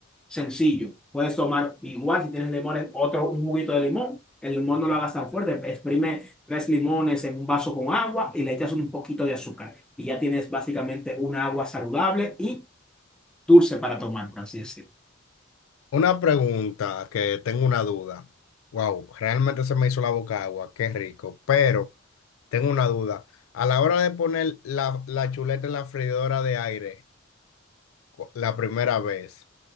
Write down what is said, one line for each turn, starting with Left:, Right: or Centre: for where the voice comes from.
Centre: Sencillo. Puedes tomar igual si tienes limones, otro, un juguito de limón. El limón no lo hagas tan fuerte. Exprime tres limones en un vaso con agua y le echas un poquito de azúcar. Y ya tienes básicamente una agua saludable y dulce para tomar, por así decirlo.
Left: Una pregunta que tengo una duda. Wow, realmente se me hizo la boca agua, qué rico. Pero tengo una duda. A la hora de poner la, la chuleta en la freidora de aire, cu- la primera vez.